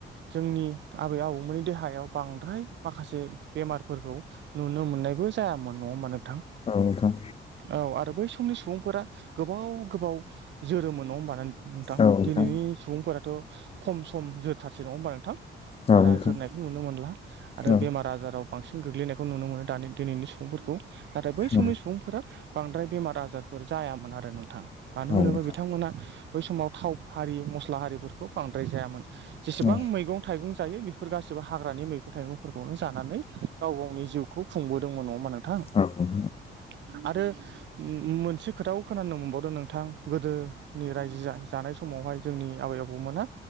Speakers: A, on the right; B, on the left.
A: जोंनि आबै आबौमोननि देहायाव बांद्राय माखासे बेमारफोरखौ नुनो मोन नायबो जायामोन नङा होनबा नोंथां
B: औ नोंथां
A: औ आरो बै समनि सुबुंफोरा गोबाव गोबाव जोरोम मोन नङा होमबा नोंथां
B: औ नोंथां
A: दिनैनि सुबुंफोराथ' खम सम जो थारसै नङा होमबा नोंथां
B: औ
A: बारा
B: नोंथां
A: जोरनायखौ नुनो मोनला आरो
B: औ
A: बेमार आजाराव बांसिन गोग्लैनायखौ नुनो मोनो दानि दिनैनि सुबुंफोरखौ नाथाय बै
B: नोंथां
A: समनि
B: औ
A: सुबुंफोरा बांद्राय बेमार आजारफोर जायामोन आरो नोंथां मानो
B: औ
A: होनोबा
B: नोंथां
A: बिथांमोना बै समाव थाव हारि मसला हारिफोरखौ बांद्राय जायामोन जिसिबां
B: औ
A: मैगं जायो बेफोर गासिबो हाग्रानि मैगं थाइगंफोरखौनो जानानै गाव गावनि जिउखौ खुंबोदोंमोन नङा होनबा नोंथां नोंथां
B: औ औ
A: आरो मोनसे खोथाव खोनानो मोनबावदों नोंथां गोदोनि रायजो जाय जानाय समावहाय जोंनि आबै आबौमोना